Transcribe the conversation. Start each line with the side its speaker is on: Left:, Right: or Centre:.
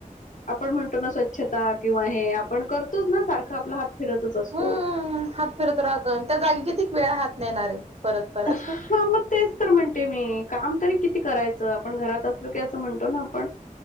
Left: आपण म्हणतो ना स्वच्छता किंवा हे आपण करतोच ना सारखं आपला हात फिरतच असतो.
Right: हम्म हात फिरत राहत आणि त्या जागी किती <unintelligible> हात न येणार आहे. परत परत.
Left: हा मग तेच तर म्हणते मी काम तरी किती करायचं आपण घरात असलो की असं म्हणतो ना आपण